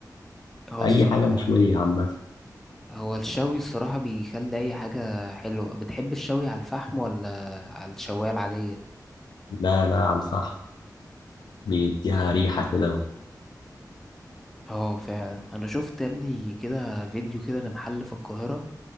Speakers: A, in the centre; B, on the left (about 85°).
A: اه الصراحة
B: أي حاجة مشوية عامة
A: هو الشوي الصراحة بيخلي أي حاجة حلوة بتحب الشوي على الفحم ولا على الشواية العادية؟
B: لا لا على الفحم بيديها ريحة كده و...
A: اه فعلا أنا شفت يا ابني كده فيديو كده لمحل في القاهرة